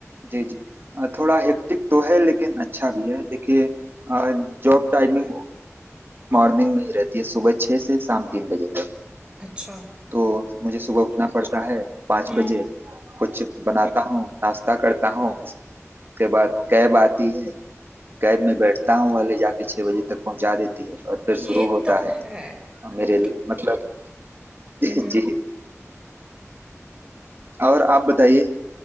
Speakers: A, on the right (about 45°); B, on the right (about 20°).
A: जी जी अ, थोड़ा हेक्टिक तो है लेकिन अच्छा भी है देखिए अ, जॉब टाइमिंग मॉर्निंग में ही रहती है सुबह छः से शाम तीन बजे तक
B: अच्छा
A: तो मुझे सुबह उठना पड़ता है पाँच
B: हम्म
A: बजे कुछ बनाता हूँ नाश्ता करता हूँ उसके बाद कैब आती है कैब में बैठता हूँ और ले जाके छः बजे तक पहुँचा देती है और फिर
B: ये
A: शुरू होता
B: तो
A: है
B: है
A: मेरे
B: ओके
A: मतलब
B: हम्म
A: <laughs> जी
B: हम्म
A: जी और आप बताइए